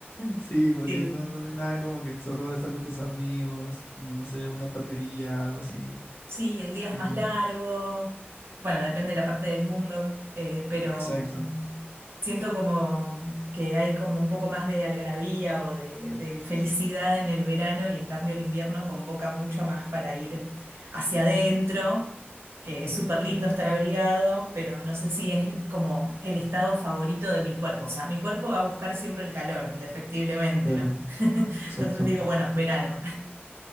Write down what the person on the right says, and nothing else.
Sí.
Sí, el
día es más largo. Bueno, depende de la parte del mundo, eh, pero
mm, siento como que hay como un poco más de algarabía o de, de felicidad en el verano y en cambio el invierno convoca mucho más para ir hacia adentro, que es súper lindo estar abrigado, pero no sé si es como el estado favorito de mi cuerpo. O sea, mi cuerpo va a buscar siempre el calor, indefectiblemente,
¿no? <laughs>
Entonces digo, bueno, verano.